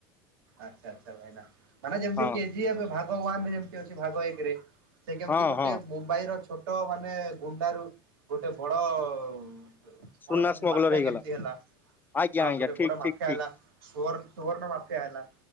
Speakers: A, on the right; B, on the left.
A: ଆଚ୍ଛା ଆଚ୍ଛା ଭାଇନା ମାନେ ଯେମିତି
B: ହଁ।
A: କେଜି ଏବେ ଭାଗ ୱାନରେ ଯେମତି ଅଛି ଭାଗ ଏକ ରେ ସେ କେମିତି
B: ହଁ
A: ଗୋଟେ
B: ହଁ
A: ମୁମ୍ବାଇ ର ଛୋଟ ମାନେ ଗୁଣ୍ଡା ରୁ ଗୋଟେ ବଡ କଣ
B: ସୁନା
A: କହନ୍ତି
B: ସ୍ମଗଲର
A: ମାଫିଆ
B: ହେଇଗଲା
A: କେମିତି ହେଲା?
B: ଆଜ୍ଞା
A: ହଁ
B: ଆଜ୍ଞା
A: ଗୋଟେ
B: ଠିକ
A: ବଡ ମାଫିଆ
B: ଠିକ ଠିକ
A: ହେଲା ସୁଣ ସୁର୍ଣ୍ଣ ମାଫିଆ ହେଲା